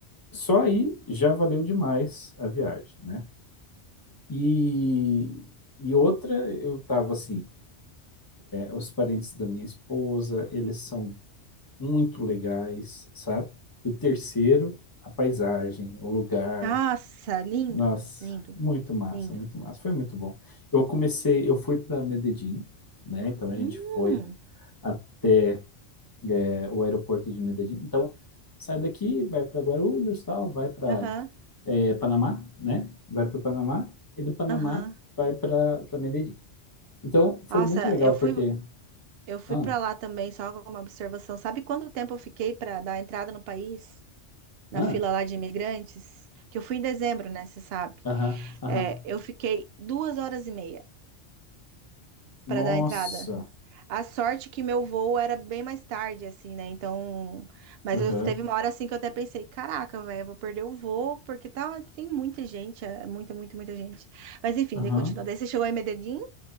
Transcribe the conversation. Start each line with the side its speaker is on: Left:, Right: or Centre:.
Left: só aí já valeu demais a viagem, né? E, e outra, eu tava assim, Os parentes da minha esposa, eles são muito legais, sabe? E o terceiro, a paisagem, o lugar.
Right: Nossa, lindo,
Left: Nossa,
Right: lindo,
Left: muito massa,
Right: lindo.
Left: muito massa. Foi muito bom. Eu comecei, eu fui para Medellín, né? Então a gente
Right: Hum,
Left: foi até é, o aeroporto de Medellín. Então sai daqui, vai para Guarulhos, tal, vai para
Right: aham,
Left: Panamá, né? Vai para o Panamá e do Panamá
Right: aham.
Left: vai para para Medellín. Então foi
Right: Nossa,
Left: muito legal
Right: eu fui.
Left: porque
Right: Eu fui
Left: ah,
Right: para lá também, só com uma observação. Sabe quanto tempo eu fiquei para dar a entrada no país, na
Left: ah,
Right: fila lá de imigrantes? Que eu fui em dezembro, né? Você sabe.
Left: aham, aham.
Right: É, eu fiquei duas horas e meia
Left: Nossa.
Right: para dar a entrada. A sorte que meu voo era bem mais tarde, assim, né? Então. Mas
Left: Aham.
Right: eu teve uma hora assim que eu até pensei: caraca, velho, eu vou perder o voo, porque tá, tem muita gente, é muita, muita, muita gente. Mas enfim,
Left: Aham.
Right: daí continua. Daí você chegou em Medellín.